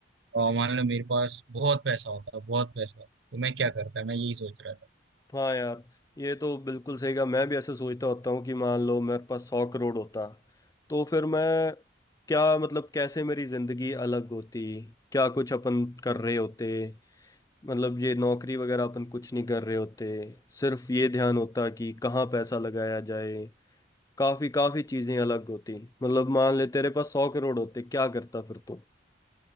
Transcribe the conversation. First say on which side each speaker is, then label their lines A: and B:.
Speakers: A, on the right (about 70°); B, on the left (about 20°).
A: अ, मान लो मेरे पास बहुत पैसा होता बहुत पैसा तो मैं क्या करता मैं यही सोच रहा था
B: हाँ यार ये तो बिल्कुल सही कहा मैं भी ऐसे सोचता होता हूँ कि मान लो मेरे पास सौ करोड़ होता तो फिर मैं क्या मतलब कैसे मेरी जिंदगी अलग होती क्या कुछ अपन कर रहे होते मतलब ये नौकरी वगैरह अपन कुछ नहीं कर रहे होते सिर्फ ये ध्यान होता कि कहाँ पैसा लगाया जाए काफी काफी चीजें अलग होती मतलब मान ले तेरे पास सौ करोड़ होते क्या करता फिर तू